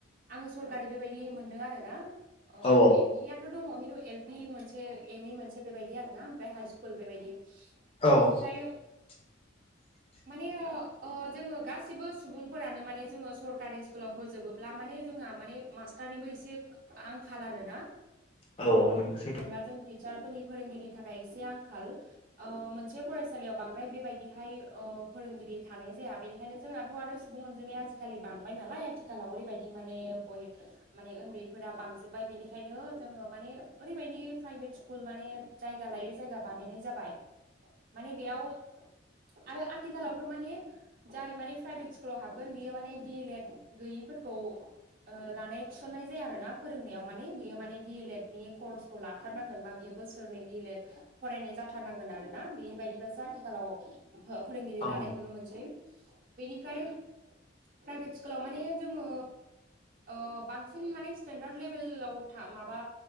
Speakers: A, on the right; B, on the left.
A: आङो सरकारि बेबायदि मोनदों आरो ना ओ
B: औ
A: एमिया थ' दङ खिन्थु एल पि मोनसे एमइ मोनसे बेबायदि आरो ना ओमफ्राय हाइ स्कुल बेबायदि
B: औ
A: बिनिफ्रायो
B: <inaudible>
A: माने ओ ओ जोङो गासिबो सुबुंफोरानो माने जोङो सरकारि स्कुलाव होजोबोब्ला माने जोंहा माने मास्टारनिबो एसे आंखाल आरोना
B: औ औ नंगौ सैथो
A: जेनेबा जों टिचारफोरनि फोरोंगिरिनि थाखाय एसे आंखाल ओ मोनसे फरायसालियाव बांद्राय बेबायदिहाय ओ फोरोंगिरि थानाय जाया बेनिख ओंखायनो जोंनाथ' आरो सुबुं अनजिमाया आजिखालि बांबाय नालाय आथिखालाव ओैबायदि माने बय माने उन्दैफोरा बांजोब ओमफ्राय बेनिखायनो जोङो माने ओरैबायदि प्राइभेट स्कुल माने जायगा लायै जायगा बानायनाय जाबाय माने बेयाव आरो आथिखालावथ' माने जाय माने प्राइभेट स्कुलाव हाबगोन बियो माने डि एल एड गैयिफोरखौ ओ लानाय थिसननाय जायो आरो ना फोरोंनायाव माने बेयो माने डि एल एड नि कर्सखौ ला थाथारनांगोन बा बियो बोसोरनै डि एल एट फरायनाय जाथारनांगोन आरो ना बेबायायदिबासो आथिखालाव फोरोंगिरि
B: औ
A: लानाय नुनो मोनसै बेनिफ्राय प्राइभेट स्कुलाव माने जोङो ओ बांसिन माने स्टेेनडार्द लेभेलाव था माबा